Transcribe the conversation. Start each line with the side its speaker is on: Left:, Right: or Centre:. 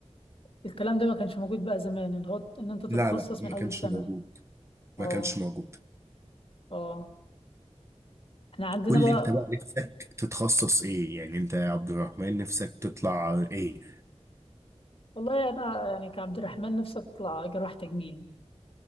Left: الكلام ده ما كانش موجود بقى زمان ان هو ان انت تتخصص
Right: لا لا ما
Left: من اول
Right: كانش
Left: سنه
Right: موجود
Left: اه
Right: ما كانش موجود
Left: اه احنا عندنا
Right: قول
Left: بقى
Right: لي انت بقى نفسك تتخصص ايه يعني انت يا عبد الرحمن نفسك تطلع ايه
Left: والله انا يعني كعبد الرحمن نفسي اطلع جراح تجميل